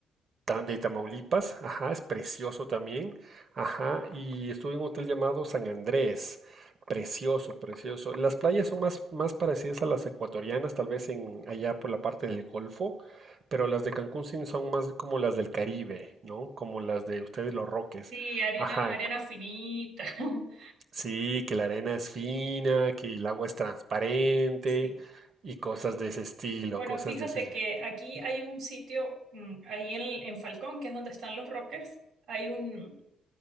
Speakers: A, on the right (about 50°); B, on the right (about 75°).
A: de Tamaulipas, ajá, es precioso también, ajá, y estuve en un hotel llamado San Andrés, precioso, precioso. Las playas son más, más parecidas a las ecuatorianas, tal vez en, allá por la parte del Golfo, pero las de Cancún sí son más como las del Caribe, ¿no? Como las de ustedes los Roques,
B: Sí, arena,
A: ajá,
B: arena finita. <laughs>
A: sí, que la arena es fina, que el agua es transparente
B: Sí.
A: y cosas de ese estilo,
B: Bueno,
A: cosas
B: fíjate
A: de ese...
B: que aquí hay un sitio, mm, ahí en, en Falcón, que es donde están los Roques, hay un,